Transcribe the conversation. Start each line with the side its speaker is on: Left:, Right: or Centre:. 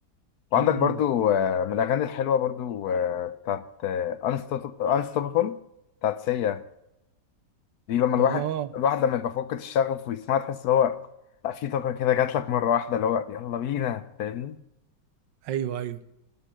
Left: وعندك
Right: مم.
Left: برضو آه، من الاغاني الحلوه برضو آه، بتاعت آه، Unstop- unstoppable بتاعت سيا دي لما الواحد
Right: اه
Left: الواحد لما يبقى فقد الشغف ويسمعها تحس ان هو لا في طاقه كده جات لك مره واحده اللي هو يلا بينا فاهمني
Right: ايوه ايوه